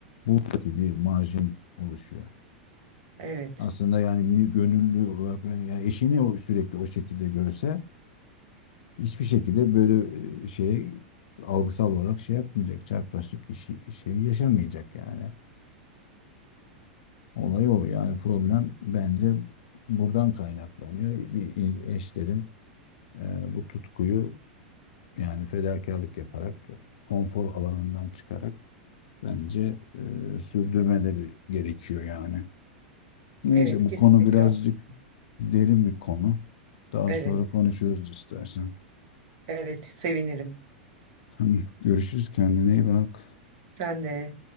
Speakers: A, on the left; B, on the right.
A: buradaki bir marjin oluşuyor.
B: evet,
A: Aslında yani ni- gönüllü olarak ben yani eşini o sürekli o şekilde görse hiçbir şekilde böyle e, şeye algısal olarak şey yapmayacak. Çarpılaşık işi, şeyi yaşamayacak yani. Olay o. Yani problem bence buradan kaynaklanıyor. Bir eşlerin E, bu tutkuyu yani fedakarlık yaparak, konfor alanından çıkarak bence e, sürdürmeleri gerekiyor yani. Neyse
B: evet
A: bu
B: kesinlikle.
A: konu birazcık
B: haklı.
A: derin bir konu. Daha
B: Evet,
A: sonra konuşuruz istersen.
B: evet sevinirim.
A: <laughs> Tamam, görüşürüz kendine iyi bak.
B: Sen de.